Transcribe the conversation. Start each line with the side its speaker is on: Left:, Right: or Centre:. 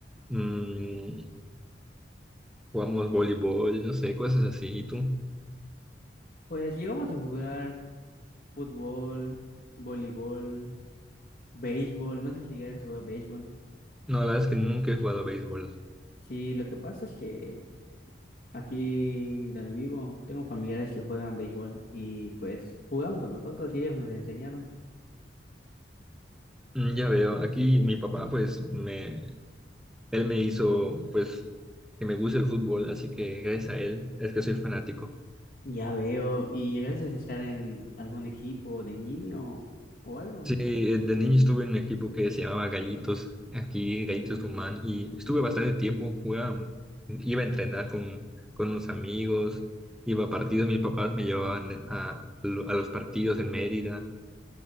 Centre: mm, jugamos voleibol, no sé, cosas así. ¿Y tú?
Left: Pues llegamos a jugar fútbol, voleibol, béisbol. No sé si llegaste a jugar béisbol.
Centre: No, la verdad es que nunca he jugado béisbol.
Left: Sí, lo que pasa es que Aquí donde vivo, tengo familiares que juegan béisbol y pues jugaban con nosotros y ellos nos enseñaron.
Centre: Mm, ya veo, aquí mi papá, pues, me, él me hizo, pues, que me guste el fútbol, así que gracias a él es que soy fanático.
Left: Ya veo, ¿y llegaste a estar en algún equipo de niño o algo?
Centre: Sí, eh, de niño estuve en un equipo que se llamaba Gallitos, aquí Gallitos Tucumán, y estuve bastante tiempo, jugaba, iba a entrenar con, con unos amigos, iba a partidos, mis papás me llevaban a, a los partidos en Mérida.